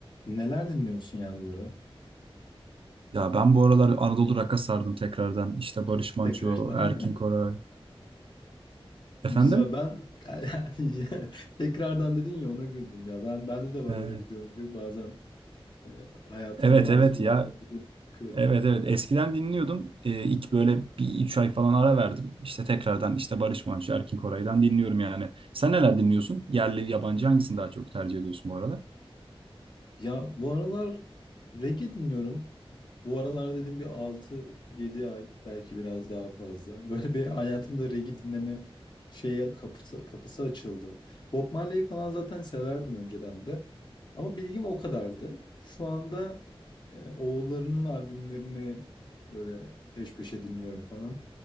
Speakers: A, on the left; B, on the right.
A: Neler dinliyorsun ya bu ara?
B: Ya ben bu aralar Anadolu rock'a sardım tekrardan. İşte Barış Manço,
A: Tekrardan.
B: Erkin
A: <laughs>
B: Koray. Efendim?
A: Güzel. Ben <laughs> tekrardan dedin ya ona güldüm ya. Ben bende de var
B: Ee,
A: öyle bir döngü. Bazen e, hayatımın
B: evet
A: bazı
B: evet
A: dönemlerinde
B: ya.
A: dönüp bakıyorum.
B: Evet evet. Eskiden dinliyordum. Ee, ilk böyle bir üç ay falan ara verdim. İşte tekrardan işte Barış Manço, Erkin Koray'dan dinliyorum yani. Sen neler dinliyorsun? Yerli, yabancı hangisini daha çok tercih ediyorsun bu aralar?
A: Ya bu aralar reggae dinliyorum. Bu aralar dediğim bir altı yedi ay belki biraz daha fazla. <laughs> Böyle bir hayatımda reggae dinleme şeye kapısı, kapısı açıldı. Bob Marley'i falan zaten severdim önceden de. Ama bilgim o kadardı. Şu anda e, oğullarının albümlerini böyle peş peşe dinliyorum falan.